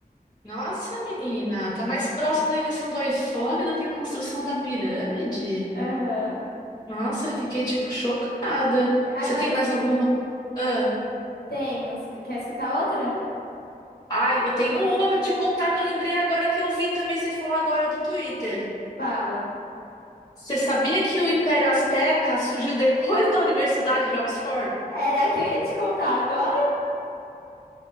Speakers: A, on the left; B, on the left.
A: Nossa, menina, tá mais próximo da invenção do iPhone do que a construção da pirâmide?
B: Aham.
A: Nossa, fiquei tipo chocada.
B: Agora
A: Você tem
B: es-
A: mais alguma? Ah,
B: tenho. es- Quer escutar outra?
A: ai, eu tenho uma pra te contar que eu lembrei agora que eu vi também você falar agora do Twitter.
B: Fala.
A: Você sabia que o Império Azteca surgiu depois da Universidade de Oxford?
B: Era a que eu ia te contar agora.